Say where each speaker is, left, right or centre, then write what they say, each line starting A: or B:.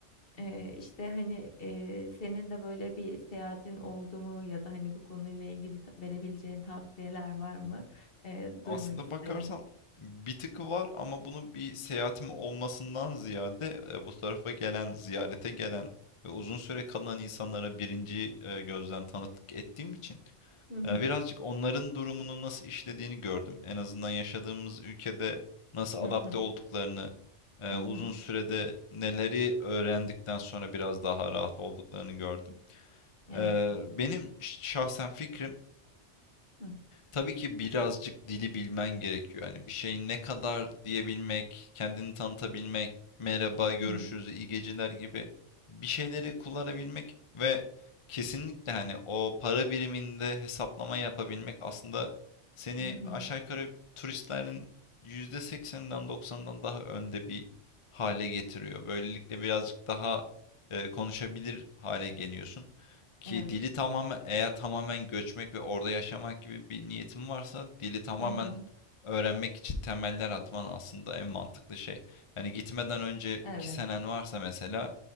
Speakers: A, on the left; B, on the left.
A: Eee, işte, hani, eee, senin de böyle bir seyahatin oldu mu ya da, hani, bu konuyla ilgili ta verebileceğin tavsiyeler var mı? Eee, duymak
B: Aslında
A: isterim.
B: bakarsan bir tıkı var ama bunu bir seyahatim olmasından ziyade e, bu tarafa gelen, ziyarete gelen ve uzun süre kalan insanlara birinci e, gözden tanıklık ettiğim için
A: Hı hı.
B: e, birazcık onların durumunu nasıl işlediğini gördüm. En azından yaşadığımız ülkede nasıl
A: Hı
B: adapte
A: hı.
B: olduklarını, e,
A: Hı
B: uzun
A: hı.
B: sürede neleri öğrendikten sonra biraz daha rahat olduklarını gördüm.
A: Evet.
B: Eee, benim şahsen fikrim
A: Hı.
B: tabii ki birazcık dili bilmen gerekiyor. Yani bir şeyi ne kadar diyebilmek, kendini tanıtabilmek, merhaba,
A: Hı
B: görüşürüz,
A: hı.
B: iyi geceler gibi bir şeyleri kullanabilmek ve kesinlikle hani o para biriminde hesaplama yapabilmek aslında seni
A: Hı hı.
B: aşağı
A: hı.
B: yukarı turistlerin yüzde sekseninden doksanından daha önde bir hale getiriyor. Böylelikle birazcık daha eee, konuşabilir hale geliyorsun. Ki
A: Evet.
B: dili tamamen eğer tamamen göçmek ve orada yaşamak gibi bir niyetin varsa dili tamamen
A: Hı hı.
B: öğrenmek için temeller atman aslında en mantıklı şey. Yani gitmeden önce
A: Evet.
B: iki senen varsa mesela